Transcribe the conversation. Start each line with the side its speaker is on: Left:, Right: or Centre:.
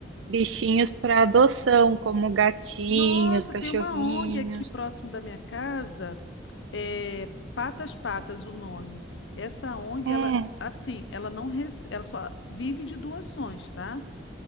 Right: bichinhos para adoção, como gatinhos,
Left: Nossa,
Right: cachorrinhos.
Left: tem uma ONG aqui próximo da minha casa, é Patas Patas o nome. Essa ONG,
Right: Hum,
Left: ela assim, ela não rece... ela só vive de doações, tá?